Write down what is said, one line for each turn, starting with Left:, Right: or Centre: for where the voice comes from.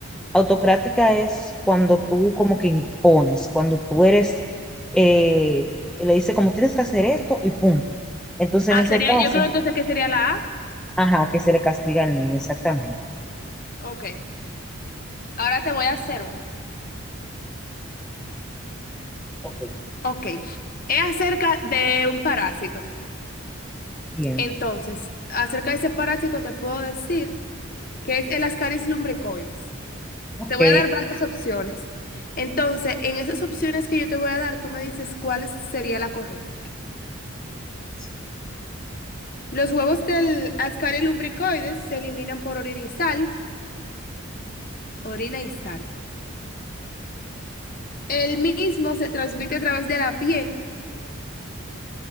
Centre: Autocrática es cuando tú como que impones, cuando tú eres, eh, le dice como tienes que hacer esto y punto. Entonces en
Left: Ah,
Centre: ese
Left: sería,
Centre: caso,
Left: yo creo entonces que sería la A.
Centre: ajá, que se le castiga al niño, exactamente.
Left: Ok, ahora te voy a hacer una.
Centre: Ok,
Left: Ok, es acerca de un parásito.
Centre: bien,
Left: Entonces, acerca de ese parásito te puedo decir que es el Ascaris lumbricoides.
Centre: ok.
Left: Te voy a dar varias opciones. Entonces, en esas opciones que yo te voy a dar, tú me dices cuál es- sería la correcta.
Centre: Sí,
Left: Los huevos del Ascaris lumbricoides se eliminan por orina y sal, orina y sal. El mismo se transmite a través de la piel.